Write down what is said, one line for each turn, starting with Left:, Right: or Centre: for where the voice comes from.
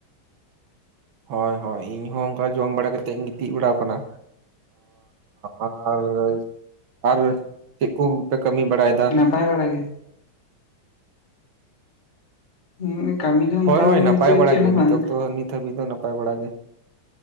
Right: ᱦᱳᱭ ᱦᱳᱭ ᱤᱧᱦᱚᱸ ᱚᱱᱠᱟ ᱡᱚᱢ ᱵᱟᱲᱟ ᱠᱟᱛᱮᱫ ᱤᱧ ᱜᱤᱛᱤᱡ ᱵᱟᱲᱟ ᱠᱟᱱᱟ। ᱟᱸ ᱟᱨ ᱪᱮᱫ ᱠᱚᱯᱮ ᱠᱟᱹᱢᱤ ᱵᱟᱲᱟᱭ ᱫᱟ?
Left: ᱛᱟᱦᱮ ᱵᱟᱲᱟ ᱜᱮ ᱦᱩᱸ ᱠᱟᱹᱢᱤ
Right: ᱦᱳᱭ
Left: ᱚᱱᱠᱟ
Right: ᱦᱳᱭ
Left: ᱫᱚ
Right: ᱱᱟᱯᱟᱭ
Left: ᱱᱤᱛᱚᱜ ᱫᱚ
Right: ᱵᱟᱲᱟ
Left: ᱪᱮᱫ
Right: ᱜᱮ
Left: ᱦᱚᱸ
Right: ᱱᱤᱛ
Left: ᱵᱟᱝ
Right: ᱚᱠᱛᱚ ᱱᱤᱛ ᱦᱟᱹᱵᱤᱡ ᱫᱚ ᱱᱟᱯᱟᱭ ᱵᱟᱲᱟ ᱜᱮ।